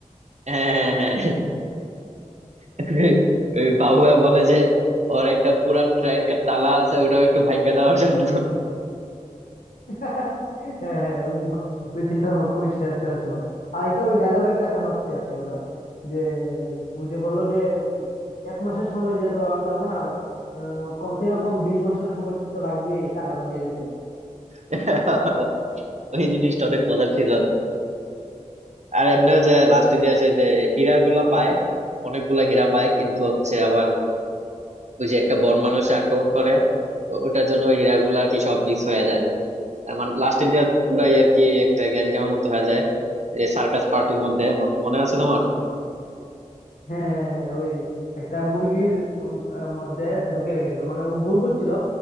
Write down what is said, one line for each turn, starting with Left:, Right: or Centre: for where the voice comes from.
Right: হ্যাঁ হ্যাঁ হ্যাঁ <laughs> ওই বাবুয়া বলে যে ওর একটা পুরান ট্যাঙ্কের তালা আছে ওইটাও একটু ভাঙা দেওয়ার জন্য
Left: <laughs> হ্যাঁ হ্যাঁ ওই ওই সিনটা খুবই সেরা সেরা ছিল আরেকটা ওই ডায়লগ একটা ফেমাস আছে ওটার যে ওই যে বললো যে উম, এক মাসের সময় যে তো আমি পারবো না আহ, কম থেকে কম বিশ বছরের সময় তো লাগবে টাকাটা দিয়ে দিতে
Right: <laughs> ওই জিনিসটা অনেক মজার ছিল আর এমনিও যে লাস্টে দিয়ে যে যে হীরা গুলা পায় অনেকগুলা হীরা পায় কিন্তু হচ্ছে আবার ওই যে একটা বন মানুষ আক্রমণ করে ও- ওটার জন্য ওই হীরা গুলা আর কি সব মিস হয়ে যায় তার মানে লাস্টে দিয়ে পুরাই আর কি একটা গ্যাঞ্জামের মতো হয়ে যায় এই সার্কাস পার্টির মধ্যে মনে মনে আছে তোমার
Left: হ্যাঁ হ্যাঁ হ্যাঁ হ্যাঁ, ওই একটা মুরগির উম, আহ, মধ্যে ঢুকিয়ে রেখেছিল মানে ও ভুল বুঝছিল